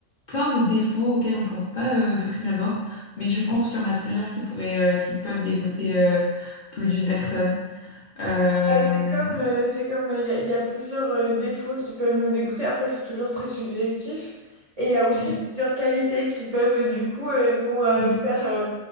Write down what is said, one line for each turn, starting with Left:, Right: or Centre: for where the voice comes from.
Left: plein de défauts auxquels on pense pas euh, de prime abord, mais je pense qu'il y en a plusieurs qui pourraient, euh, qui peuvent dégoûter euh, plus d'une personne. Euh,
Right: Bah, c'est comme, euh, c'est comme, il y a, y a plusieurs euh, défauts qui peuvent nous dégoûter. Après, c'est toujours très subjectif. Et il y a aussi
Left: mm,
Right: plusieurs qualités qui peuvent, euh, du coup, euh, nous euh,
Left: mm,
Right: faire. euh,